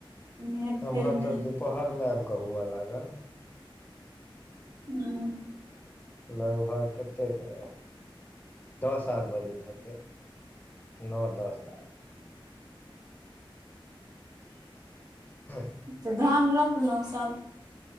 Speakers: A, on the right; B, on the left.
A: हेर
B: एम्हर
A: फेर मे
B: त
A: है
B: दुपहर मे आबि क हुअ लागल
A: हूं
B: लगभग कतेके दस आर बजैत हेतै। नो दस लाख <unintelligible>
A: त धान रोप लौं सब